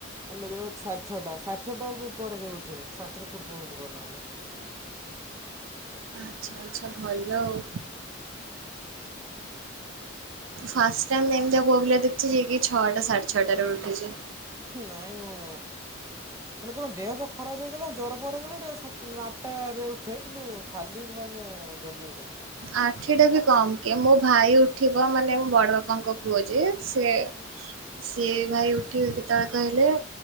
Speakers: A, on the right; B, on the right.
A: ଅନ୍ୟ ଦିନ ସାଢ଼େ ଛଅଟା ସାଢ଼େ ଛଅଟା କୁ ପରେ କେହି ଉଠେଇବେ ସାଢେ ଛଟା ପୂର୍ବରୁ ଉଠି ପଡୁ ନହେଲେ।
B: ଆଚ୍ଛା ଆଚ୍ଛା ଭଲ ଆଉ। ଫାଷ୍ଟ୍ ଟାଇମ୍ ଏମିତିଆ ପୁଅ ପିଲା ଦେଖୁଛି ଯିଏକି ଛଅଟା ସାଢେ ଛଅଟାରେ ଉଠୁଛି।
A: ନାଇଁ ମୁଁ ମାନେ କଣ ଦେହ ଫେଅ ଖରାପ ହେଇଗଲେ ଜର ଫର ହେଇଗଲେ ଟିକେ ସ ଆଠଟାରେ ଉଠେ କିନ୍ତୁ ଖାଲି ଦିନ ମୁଁ ଜଲ୍ଦି ଉଠେ ମ
B: ଆଠେଟା ବି କମ୍ କି ମୋ ଭାଇ ଉଠିବ ମାନେ ବଡ ବାପାଙ୍କ ପୁଅ ଯିଏ ସେ ସିଏ ଭାଇ ଉଠିବ କେତେବେଳେ କହିଲେ